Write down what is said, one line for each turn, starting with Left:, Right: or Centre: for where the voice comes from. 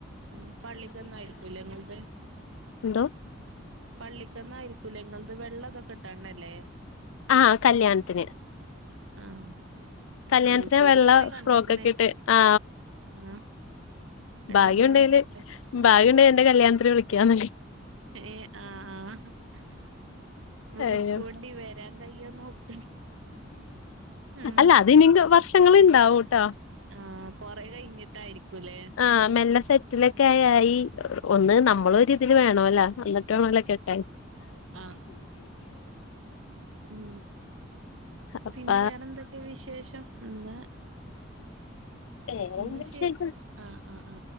Right: ഏ പള്ളിക്ക്ന്നായിരിക്കൂല്ല നിങ്ങൾത്.
Left: എന്തോ?
Right: പള്ളിക്കന്ന് ആയിരിക്കൂലെ നിങ്ങൾത് വെള്ള ഇതൊക്കെ ഇട്ടണല്ലേ.
Left: ആ കല്യാണത്തിന്,
Right: ആഹ്
Left: കല്യാണത്തിന്
Right: യൂട്യൂബിൽ
Left: വെള്ള
Right: ഇങ്ങനെ കണ്ട്ക്ക്ണ്
Left: ഫ്രോക്ക് ഒക്കെ ഇട്ട് ആ
Right: ആഹ് വെള്ളിം
Left: ഭാഗ്യ
Right: വെള്ളൊക്കെ
Left: ഉണ്ടെല്
Right: ഇട്ട്
Left: ഭാഗ്യയുണ്ട എന്റെ കല്യാണത്തിന് വിളിക്കാമ
Right: ഏ ആ ആ <unintelligible>
Left: അയ്യോ
Right: വരാൻ. <unintelligible> ഉം
Left: അല്ല അതിനിയും വർഷങ്ങൾ ഇണ്ടാവും. ട്ടാ.
Right: ആ കൊറെ കഴിഞ്ഞിട്ടായിരിക്കൂ ല്ലെ
Left: ആഹ് മെല്ലെ സെറ്റിലൊക്കെ ആയി ഒന്ന് നമ്മള് ഒരു രിതിൽ വേണല്ലാ അന്നിട്ട് വേണലാക്കെട്ടാ
Right: ആ ഉ
Left: അപ്പ
Right: പിന്നെ വേറെന്തൊക്കെയാ വിശേഷം പിന്നെ
Left: വേറെന്താ
Right: എന്ന ശെ
Left: ശരി
Right: ആ ആ ആ